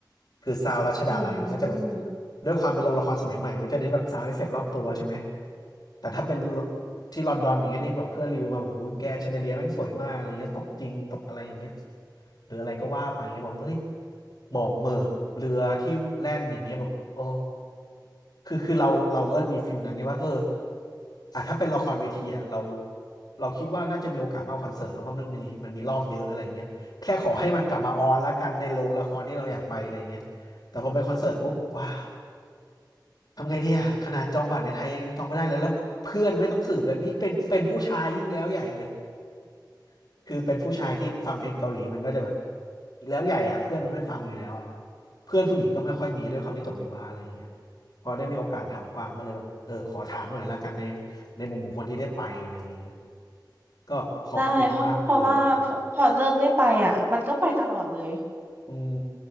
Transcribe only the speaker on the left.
คือซาวด์รัชดาลัยมันก็จะแบบ
ด้วยความเป็นโรงละครสมัยใหม่มันก็จะเน้นแบบซาวด์เอฟเฟกต์รอบตัวใช่ไหมแต่ถ้าเป็นที่ลอนดอนอย่างเงี้ยนี่แบบเพื่อนรีวิวมาบอกอุ้ยแกแชนเดเลียแม่งสวยมากอะไรเงี้ยตกจริงตกอะไรอย่างเงี้ย หรืออะไรก็ว่าไปเงี้ยบอกเอ้ยหมอกเหมือกเรือที่แล่นอย่างเงี้ยแบบโอ้คือคือเราเราก็มีฟิลนั้นไงว่าเอออ่ะถ้าเป็นละครเวทีอ่ะเราเราคิดว่าน่าจะมีโอกาสมากกว่าคอนเสิร์ตเนอะเพราะมันมีมันมีรอบเยอะอะไรเงี้ยแค่ขอให้มันกลับมาออนละกันในโรงละครที่เราอยากไปอะไรเงี้ยแต่พอเป็นคอนเสิร์ตปุ๊บว้า ทำไงดีอะขนาดจองบัตรในไทยยังจองไม่ได้เลยแล้วเพื่อนไม่ต้องสืบเลยนี่เป็นเป็นผู้ชายยิ่งแล้วใหญ่เลย <laughs> คือเป็นผู้ชายที่ฟังเพลงเกาหลีมันก็จะแบบีแล้วใหญ่อะเพื่อนมันไม่ฟังอยู่แล้วอะเพื่อนผู้หญิงก็ไม่ค่อยมีด้วยความที่จบวิศวะอะไรอย่างเงี้ยพอได้มีโอกาสถามกวางก็เลยแบบเออขอถามหน่อยละกันในในมุมของคนที่ได้ไปอะไรอย่างเงี้ยก็ขอบคุณมากเลย
อืม